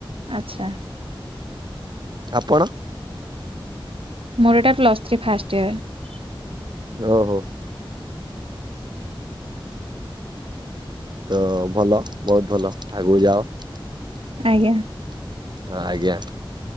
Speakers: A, on the right (about 85°); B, on the right (about 55°).
A: ଆଚ୍ଛା।
B: ଆପଣ
A: ମୋର ଏଇଟା ପ୍ଲସ୍ ଥ୍ରୀ ଫାଷ୍ଟ ଇୟର
B: ଓ ହୋ। ତ ଭଲ ବହୁତ ଭଲ ଆଗକୁ ଯାଅ ହଁ
A: ଆଜ୍ଞା
B: ଆଜ୍ଞା।